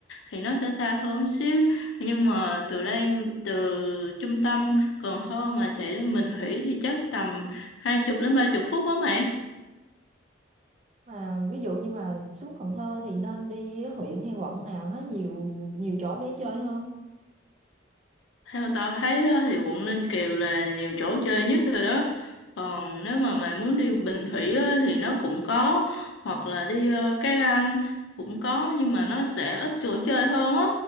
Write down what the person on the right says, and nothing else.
mà ví dụ như mà xuống Cần Thơ thì nên đi huyện hay quận nào nó nhiều nhiều chỗ để chơi hơn